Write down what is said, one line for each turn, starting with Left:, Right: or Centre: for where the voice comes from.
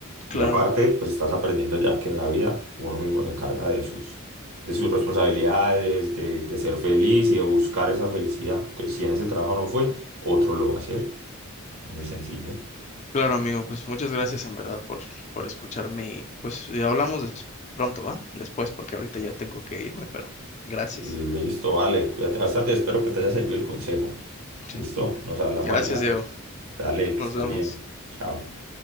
Right: Y
Left: claro,
Right: aparte, pues estás aprendiendo ya que en la vida uno mismo se encarga de sus, de sus responsabilidades, de, de ser feliz y de buscar esa felicidad. Entonces, si en ese trabajo no fue, otro lo va a hacer. Es muy sencillo.
Left: claro, amigo, pues muchas gracias en verdad por, por escucharme y pues y hablamos des- pronto, ¿va? Después, porque ahorita ya tengo que irme, pero gracias.
Right: Listo, vale, cuídate bastante, espero que te haya servido el consejo.
Left: Sí.
Right: Listo, nos hablamos
Left: Gracias,
Right: al rato.
Left: Diego.
Right: Dale, que
Left: Nos
Right: estés
Left: vemos.
Right: bien. Chao.